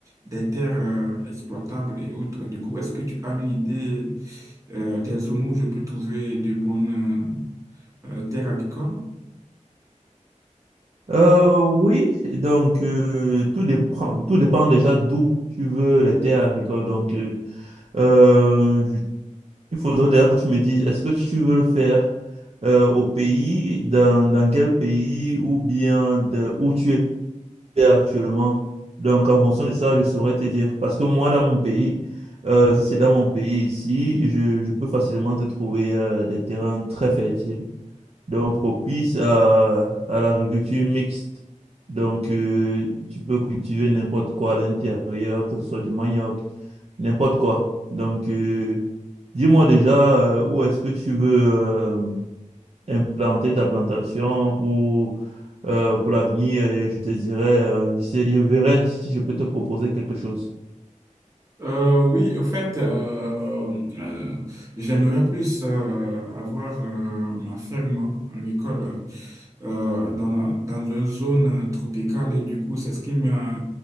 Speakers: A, on the right; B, on the right.
A: des terres euh, exploitables et autres. Du coup, est-ce que tu as une idée euh, des zones où je peux trouver de bonnes euh, euh, terres agricoles?
B: Euh, oui, donc euh, tout dépend, tout dépend déjà d'où tu veux les terres agricoles. Donc, euh, euh, je- il faudrait déjà que tu me dises, est-ce que tu veux le faire euh, au pays, dans, dans quel pays, ou bien de, où tu actuellement. Donc, en fonction de ça, je saurais te dire. Parce que moi, dans mon pays, euh, si c'est dans mon pays ici, je, je peux facilement te trouver euh, des terrains très fertiles, donc propices à, à l'agriculture mixte. Donc, euh, tu peux cultiver n'importe quoi à l'intérieur, que ce soit du manioc, n'importe quoi. Donc, euh, dis-moi déjà euh, où est-ce que tu veux. euh, implanter ta plantation pour, euh, pour l'avenir et je te dirai euh, si- je verrai si je peux te proposer quelque chose.
A: Euh, oui, en fait, euh, euh, j'aimerais plus euh, avoir euh, ma ferme agricole euh, dans, dans une zone tropicale et du coup, c'est ce qui m'a-